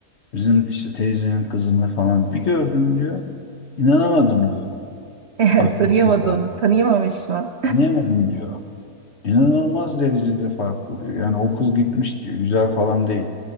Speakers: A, on the left (about 50°); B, on the right (about 60°).
A: Bizim işte teyzenin kızını falan bir gördüm diyor. İnanamadım diyor.
B: <laughs>
A: Akrasiz
B: Tanıyamadım,
A: falan.
B: tanıyamamış mı?
A: Anlayamadım diyor. İnanılmaz derecede farklı diyor. Yani o kız gitmiş diyor. Güzel falan değil.